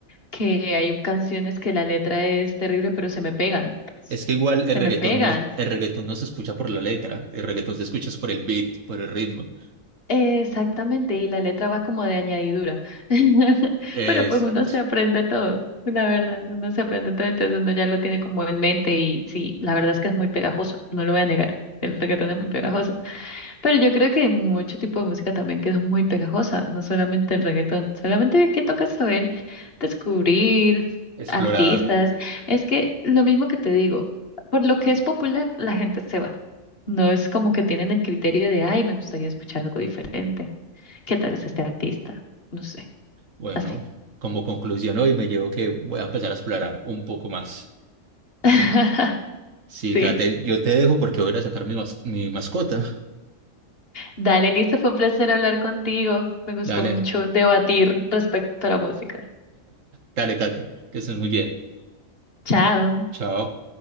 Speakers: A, on the left; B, on the right.
A: que hay canciones que la letra es terrible, pero se me pegan.
B: Es que igual el
A: Se
B: reggaetón
A: me pegan.
B: no, el reggaetón no se escucha por la letra, el reggaetón se escucha es por el beat, por el ritmo.
A: Exactamente, y la letra va como de añadidura. <laughs>
B: Exacto,
A: Pero pues uno se aprende todo, la verdad, uno se aprende todo, entonces uno ya lo tiene como en mente y sí, la verdad es que es muy pegajoso, no lo voy a negar, el reggaetón es muy pegajoso. Pero yo creo que hay mucho tipo de música también que es muy pegajosa, no solamente el reggaetón, solamente que toca saber descubrir
B: explorar.
A: artistas. Es que lo mismo que te digo, por lo que es popular, la gente se va. No es como que tienen el criterio de, ay, me gustaría escuchar algo diferente. ¿Qué tal es este artista? No sé,
B: Bueno,
A: así.
B: como conclusión hoy me llevo que voy a empezar a explorar un poco más.
A: <laughs>
B: Sí,
A: Sí.
B: Kate, yo te dejo porque voy a ir a sacar mi, mas- mi mascota.
A: Dale, listo, fue un placer hablar contigo. Me gustó
B: Dale,
A: mucho debatir respecto a la música.
B: dale, Kate, que estés muy bien.
A: Chao.
B: Chao.